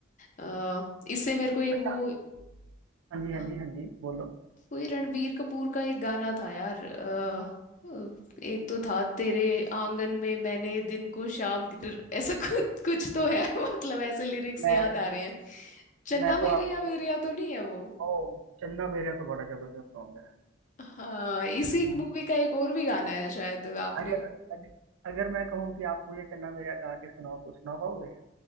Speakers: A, on the left; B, on the right.
A: अ, इससे मेरे को एक
B: हाँ
A: वो
B: हाँ जी
A: हाँ,
B: हाँ जी हाँ जी बोलो
A: कोई रणबीर कपूर का एक गाना था यार अ, अ, एक तो था तेरे आंगन में मैंने दिन को शाम की तरह- <laughs> ऐसा कुछ कुछ तो है <laughs> मतलब ऐसे लिरिक्स
B: मैं
A: याद आ रहे हैं चन्ना
B: मैं
A: मेरे
B: तो आपके
A: या मेरे या तो नहीं है वो
B: ओ चन्ना मेरा तो बड़ा जबरदस्त सॉन्ग
A: हाँ इसी
B: है
A: मूवी का एक और भी गाना है शायद आपने
B: अगर अग, अगर मैं कहूँ कि आप मुझे चन्ना मेरा गा के सुनाओ तो सुना पाओगे